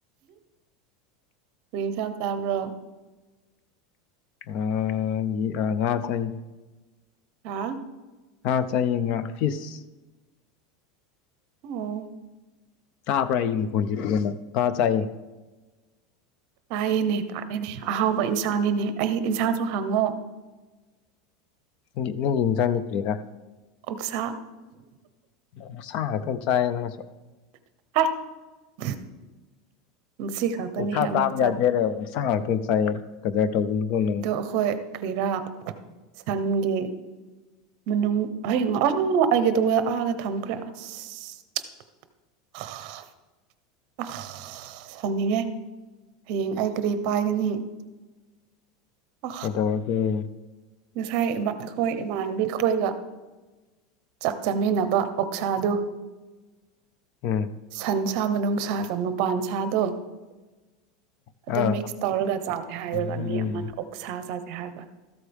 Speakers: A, on the right; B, on the left.
A: ꯀ꯭ꯔꯤ ꯏꯟꯁꯥꯡ ꯆꯥꯕ꯭ꯔꯣ
B: ꯑꯥ ꯌꯦ ꯑꯥ ꯉꯥ ꯆꯥꯏꯌꯦ
A: ꯍꯥꯥ
B: ꯉꯥ ꯆꯥꯏꯌꯦ ꯉꯥ ꯐꯤꯁ
A: ꯑꯣ
B: ꯇꯥꯕ꯭ꯔ ꯑꯩꯒꯤ ꯃꯈꯣꯟꯁꯦ ꯐꯖꯅ ꯉꯥ ꯆꯥꯏꯌꯦ
A: ꯇꯥꯏꯌꯦꯅꯦ ꯇꯥꯛꯑꯦꯅꯦ ꯑꯍꯥꯎꯕ ꯏꯟꯁꯥꯡꯅꯤꯅꯦ ꯑꯩ ꯏꯟꯁꯥꯡꯁꯨ ꯍꯪꯉꯣ
B: ꯅꯪꯒꯤ ꯅꯪ ꯏꯟꯖꯥꯡꯅ ꯀ꯭ꯔꯤꯔꯥ
A: ꯑꯣꯛꯁꯥ
B: ꯑꯣꯛꯁꯥ ꯉꯥꯛꯇꯪ ꯆꯥꯏꯌꯦ ꯅꯪꯁꯨ
A: <unintelligible> ꯉꯁꯤ ꯈꯛꯇꯅꯤꯍꯦ
B: ꯑꯣꯛꯁꯥ
A: ꯑꯃꯨꯛ
B: ꯆꯥꯕ ꯌꯥꯗꯦ ꯍꯥꯏꯔ ꯑꯣꯛꯁꯥ ꯉꯥꯛꯇꯪ ꯆꯥꯏꯌꯦ ꯀꯗꯔ ꯇꯧꯒꯅꯨꯀꯣ ꯅꯪ
A: ꯑꯈꯣꯏ ꯀ꯭ꯔꯤꯔꯥ ꯁꯟꯒꯤ ꯃꯅꯨꯡ ꯍꯌꯦꯡ ꯑꯥ ꯑꯩꯒꯦ ꯇꯧꯕꯗ ꯑꯥꯗ ꯊꯝꯈ꯭ꯔꯦ ꯑꯁ <unintelligible> ꯑꯁ ꯁꯥꯎꯅꯤꯡꯉꯦ ꯍꯌꯦꯡ ꯑꯩ ꯀ꯭ꯔꯤ ꯄꯥꯏꯒꯅꯤ ꯑ
B: ꯀꯩꯗꯧꯔꯒꯦ
A: ꯉꯁꯥꯏ ꯕꯥ ꯑꯩꯈꯣꯏ ꯏꯃꯥꯟꯅꯕꯤ ꯈꯣꯏꯒ ꯆꯥꯛ ꯆꯥꯃꯤꯟꯅꯕ ꯑꯣꯛꯁꯥꯗꯨ
B: ꯎꯝ
A: ꯁꯟ ꯁꯥ ꯃꯅꯨꯡꯁꯥꯒ ꯃꯄꯥꯟ ꯁꯥꯗꯣ ꯑꯗꯨ
B: ꯑꯥ
A: ꯃꯤꯛꯁ ꯇꯧꯔꯒ ꯆꯥꯖꯦ ꯍꯥꯏꯔꯒ
B: ꯎꯝ
A: ꯃꯤ ꯑꯃꯅ ꯑꯣꯛꯁꯥ ꯆꯥꯖꯦ ꯍꯥꯏꯕ